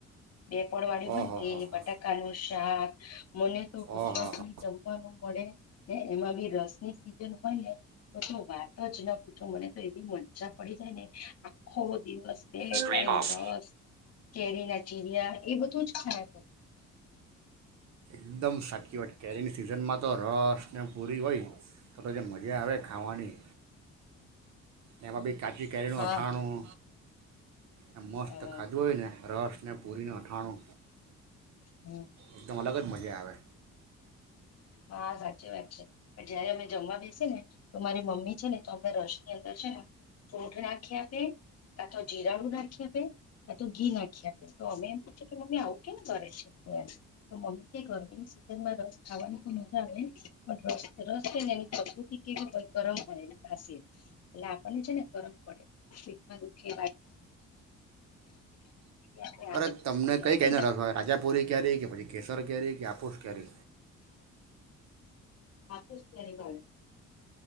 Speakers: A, on the left; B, on the right.
A: બેપોડ વાળી બનતી
B: ઓહો હો હો
A: બટાકા નું શાક મને તો ગુજરા
B: ઓહો
A: કોઈ
B: હો
A: જમવાનો પડે ને એમાં બી રસ ની સિઝન હોય ને તો વાત જ ના પૂછો મને તો એવી મજા પડી જાય ને આખો દિવસ બેલે
B: સ્ક્રીન
A: ટાઈમ
B: ઓફ
A: રસ કેરી નથી રિયા એ બધું જ થાયે
B: એકદમ સાટકી વાટ કેરીની સિઝનમાં તો રસને પૂરી હોય તો તો જે મજા આવે ખાવાની એમાં બી કાચી કેરનું
A: હા
B: અઠાણું એ મસ્ત
A: હા
B: ખાજોયને રાષ્ટ્ર અને પૂરીનો અઠાણો
A: હમ
B: એકદમ અલગ જ મજા આવે
A: હા સાચી વાત છે પણ જયારે અમે જમવા બેસી ને તો મારી મમ્મી છે ને તો અમને રસ ની અંદર છે ને ફૂટ નાખી આપે કા તો જીરાણું નાખી આપે કા તો ઘી નાખી આપે તો અમે એમ પૂછ કે મમ્મી આવું કેને કરે છે એમ તો મમ્મી કે ગરમીની સિઝનમાં રસ ખાવાની તો મજા આવે પણ ર રસ છે ને એ પ્રકૃતિ કેવી હોય ગરમ હોય એ પાાસીર એટલે આપણને છે ને ગરમ પડે શમાં દુખે આપણે આગળની
B: અરે
A: વસ્તુ
B: તમને
A: નાખીએ
B: કઈ કઈને
A: ને
B: રાજાપુરી ક્યારે કે પછી કેસર ક્યારેરી કે આપોસ કે્યારે
A: તું જ તેની કાર